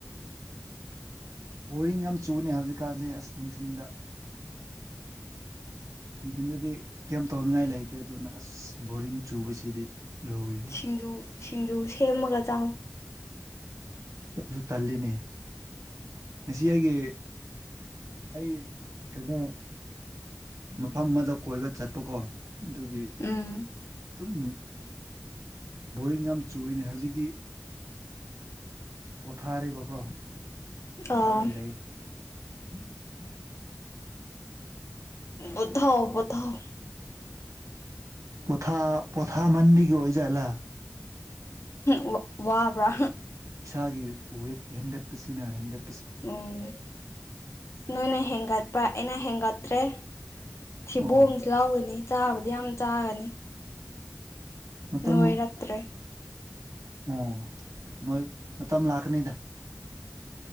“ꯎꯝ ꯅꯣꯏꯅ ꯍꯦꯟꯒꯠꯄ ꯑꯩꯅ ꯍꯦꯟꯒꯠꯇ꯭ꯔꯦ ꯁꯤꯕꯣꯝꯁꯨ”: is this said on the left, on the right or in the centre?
Left